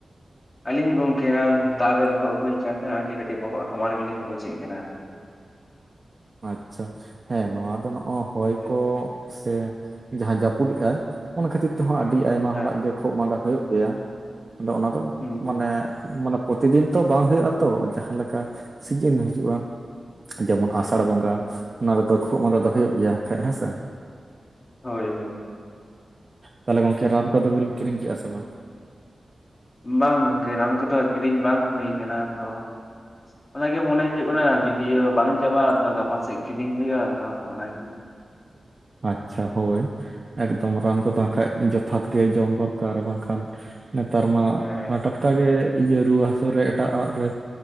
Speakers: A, on the left (about 40°); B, on the right (about 40°).
A: ᱟᱹᱞᱤᱧ ᱦᱚ ᱜᱚᱝᱠᱮᱭᱟᱱ, ᱫᱟᱜ ᱨᱮ ᱞᱚᱦᱚᱜ ᱦᱩᱭ ᱠᱟᱱ ᱛᱟᱦᱮᱭᱟ ᱟᱨ ᱠᱟᱹᱴᱤᱡ ᱵᱚᱦᱚᱜ ᱦᱟᱢᱵᱟᱞ ᱜᱮᱞᱤᱧ ᱵᱩᱡᱮᱜ ᱠᱟᱱᱟ᱾ <inaudible>
B: ᱟᱪᱪᱷᱟ ᱦᱮᱸ ᱱᱚᱣᱟ ᱫᱚ ᱱᱚᱜ-ᱚ ᱦᱚᱭ
A: ᱦᱳᱭ
B: ᱠᱚ ᱥᱮᱼᱼ ᱡᱟᱦᱟᱸ ᱡᱟᱹᱯᱩᱫᱮᱜ-ᱟᱭ, ᱚᱱᱟ ᱠᱷᱟᱹᱛᱤᱨ ᱛᱮᱦᱚᱸ ᱟᱹᱰᱤ ᱟᱭᱢᱟ
A: ᱦᱮᱸ
B: ᱦᱚᱲᱟᱜ ᱜᱮ ᱠᱷᱩᱜ ᱢᱟᱸᱫᱟ ᱦᱩᱭᱩᱜ ᱜᱮᱭᱟ ᱾ ᱟᱫᱚ ᱚᱱᱟ ᱫᱚ
A: ᱦᱩᱸ ᱦᱩᱸ
B: ᱢᱟᱱᱮ ᱢᱟᱱᱮᱼᱼ ᱯᱩᱛᱤᱫᱤᱱ ᱛᱚ ᱵᱟᱝ ᱦᱩᱭᱩᱜ ᱟᱛᱚ, ᱡᱟᱦᱟᱸ ᱞᱮᱠᱟ ᱥᱤᱡᱤᱱ ᱦᱤᱡᱩᱜ-ᱟ ᱡᱮᱢᱚᱱᱼᱼ ᱟᱥᱟᱲ
A: ᱦᱩᱸ
B: ᱵᱚᱸᱜᱟ, ᱚᱱᱟ ᱨᱮᱫᱚ ᱠᱷᱩᱜ ᱢᱟᱸᱫᱟ ᱫᱚ ᱦᱩᱭᱩᱜ ᱜᱮᱭᱟ ᱠᱷᱟᱡ ᱦᱮᱸᱥᱮᱼᱼ
A: ᱦᱳᱭ ᱦᱳᱭ
B: ᱛᱦᱟᱞᱮ ᱜᱚᱝᱠᱮ ᱨᱟᱱ ᱠᱚᱫᱚ ᱵᱤᱱ ᱠᱤᱨᱤᱧ ᱠᱮᱜ-ᱟ ᱥᱮ ᱵᱟᱝ?
A: ᱵᱟᱝ ᱜᱚᱝᱠᱮ ᱨᱟᱱ ᱠᱚᱫᱚ ᱠᱤᱨᱤᱧ ᱵᱟᱝ ᱦᱩᱭ ᱠᱟᱱᱟ ᱛᱚ ᱾ ᱚᱱᱟᱜᱮ ᱢᱚᱱᱮ ᱦᱩᱭᱩᱜ ᱠᱟᱱᱟ ᱡᱩᱫᱤᱭᱳ ᱵᱟᱝ ᱪᱟᱵᱟᱜ-ᱟ, ᱛᱚ ᱜᱟᱯᱟ ᱥᱮᱫ ᱠᱤᱨᱤᱧ ᱦᱩᱭᱩᱜᱭᱼᱟ ᱛᱚ ᱚᱱᱟᱜᱮᱼᱼ
B: ᱟᱪᱪᱷᱟ ᱦᱳᱭ ᱮᱠᱫᱚᱢ ᱨᱟᱱ ᱠᱚᱫᱚ ᱟᱠᱷᱟᱜ ᱜᱮ ᱡᱚᱛᱷᱟᱛ ᱜᱮ ᱡᱚᱢ ᱫᱚᱨᱠᱟᱨ ᱵᱟᱝᱠᱷᱟᱱᱼᱼ ᱛᱟᱨ ᱢᱟ
A: ᱦᱮᱸ
B: ᱴᱟᱴᱠᱟ ᱜᱮ ᱤᱭᱟᱹ ᱨᱩᱣᱟᱹ ᱦᱟᱹᱥᱩᱨᱮ ᱮᱴᱟᱜ-ᱟᱜ ᱨᱮᱼᱼ